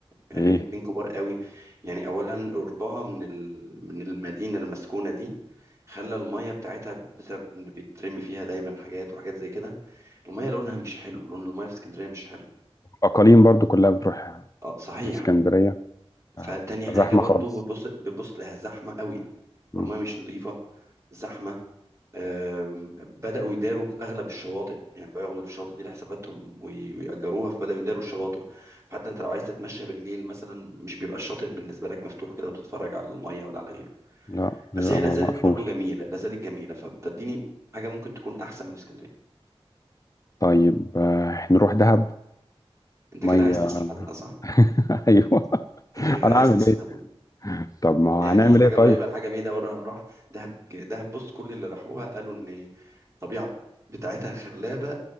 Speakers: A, on the right (about 30°); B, on the left (about 35°).
A: عيبين
B: ايه
A: اتنين كبار قوي يعني اولا قربها من ال... من المدينه المسكونه دي خلى الميه بتاعتها بسبب ان بيترمي فيها دايما حاجات وحاجات زي كده المية لونها مش حلو لون المية في اسكندرية مش حلو
B: اقاليم برضو كلها بتروح
A: اه صحيح
B: اسكندريه آه،
A: فتاني
B: بتبقى
A: حاجة
B: زحمه
A: برضو
B: خالص
A: بتبص بتبص تلاقيها زحمة قوي يبقى
B: مم.
A: المية مش نظيفة زحمة آم، بدأوا يداروا أغلب الشواطئ يعني بقى ياخدوا الشواطئ دي لحساباتهم وي- ويأجروها فبدأوا يداروا الشواطئ فحتى أنت لو عايز تتمشى بالليل مثلا مش بيبقى الشاطئ بالنسبة لك مفتوح كده وتتفرج على المية ولا على غيره
B: لا بيبقى
A: بس هي
B: مقفول
A: لازالت برضو جميلة لازالت جميلة فبديني حاجة ممكن تكون أحسن من اسكندرية
B: طيب آه، نروح دهب
A: أنت
B: ميه
A: كده عايز تسحلنا صح؟
B: <laughs> ايوه
A: أنت
B: هنعمل
A: كده عايز تسحلنا
B: ايه طب ما هو
A: يعني
B: هنعمل
A: حاجه
B: ايه طيب
A: قريبه لحاجه بعيده بره من راح دهب دهب بص كل اللي راحوها قالوا ان الطبيعه بتاعتها خلابه